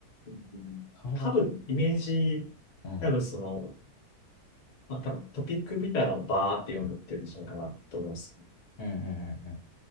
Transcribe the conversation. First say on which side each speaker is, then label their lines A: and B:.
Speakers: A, on the left (about 70°); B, on the left (about 50°).
A: うん多分、
B: それがちょっと
A: イメージ、
B: 難しい。うん。
A: 多分その、まあ、多分トピックみたいなのをバーって読んでってるんじゃないかなと思うんですよ。
B: うんうんうんうんうん。